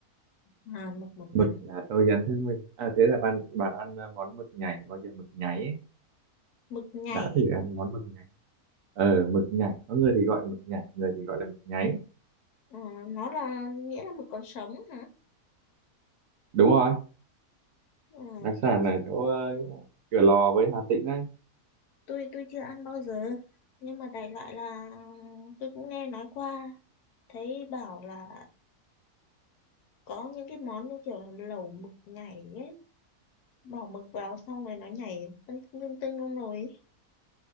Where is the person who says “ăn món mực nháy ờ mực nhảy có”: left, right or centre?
Right